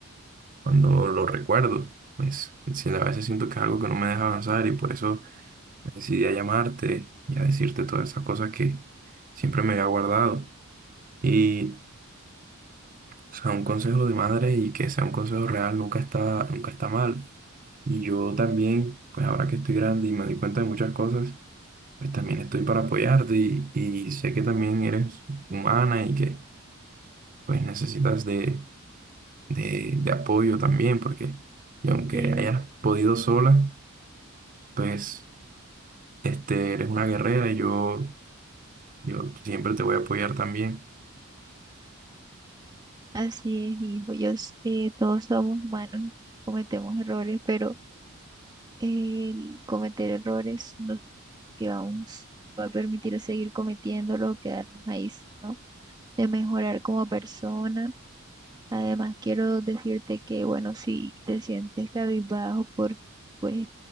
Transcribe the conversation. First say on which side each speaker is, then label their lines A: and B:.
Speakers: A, on the right; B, on the right.
A: cuando lo recuerdo. Pues sí, a veces siento que es algo que no me deja avanzar y por eso me decidí a llamarte y a decirte todas esas cosas que siempre me había guardado. Y O sea, un consejo de madre y que sea un consejo real nunca está, nunca está mal. Y yo también, pues ahora que estoy grande y me doy cuenta de muchas cosas, pues también estoy para apoyarte y, y sé que también eres humana y que pues necesitas de, de, de apoyo también, porque y aunque
B: sí,
A: hayas podido sola, pues este, eres una guerrera y yo, yo siempre te voy a apoyar también.
B: así es, hijo. Yo, s- eh, todos somos humanos y cometemos errores, pero el cometer errores no que vamos a permitir seguir cometiéndolo, quedarnos ahí, ¿no? de mejorar como persona. Además, quiero decirte que, bueno, si te sientes cabizbajo por, pues,